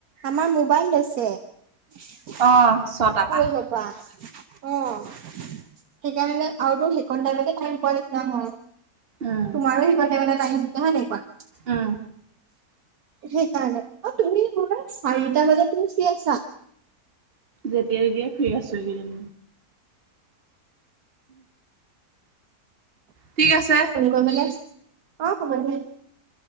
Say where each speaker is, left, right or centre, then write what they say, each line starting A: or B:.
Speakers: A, on the right; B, on the right.
A: আমাৰ মোবাইল লৈছে পুৰজৰপৰা।
B: অ ছটা পা
A: অ, সেইকাৰণে আৰুতো সেইখনতে কাম পোৱা নিচিনা হয়।
B: উম
A: তোমাৰো সেই কন তাইমতে <unintelligible> হয় নাই কোৱা।
B: উম
A: সেই কাৰণ অ তুমি চাৰিটা বজাত তুমি ফ্ৰী আছা।
B: যেতিয়াই তেতিয়াই ফ্ৰী আছো এইকেইদিন। ঠিক আছে
A: অ <unintelligible> গৈ পেলাই অ হব দিয়া।